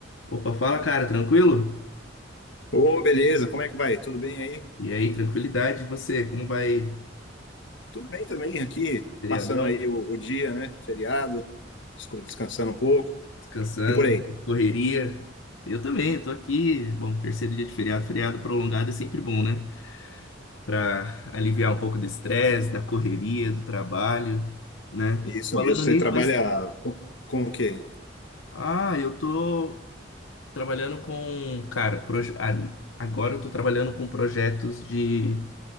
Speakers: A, on the left; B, on the left.
A: Opa, fala, cara, tranquilo?
B: Ô, beleza, como é que vai? Tudo bem aí?
A: E aí, tranquilidade, e você? Como vai?
B: Tudo bem também aqui,
A: Feriadão?
B: passando aí o, o dia, né? Feriado, descu- descansando um pouco
A: Descansando?
B: e por aí.
A: Correria? Eu também, eu tô aqui. Bom, terceiro dia de feriado, feriado prolongado é sempre bom, né? Pra aliviar um pouco do estresse, da correria, do trabalho, né?
B: Isso
A: Falando
B: mesmo, você
A: nisso,
B: trabalha
A: mas...
B: com, com o quê?
A: ah, eu tô trabalhando com, cara, proje... ah, agora eu tô trabalhando com projetos de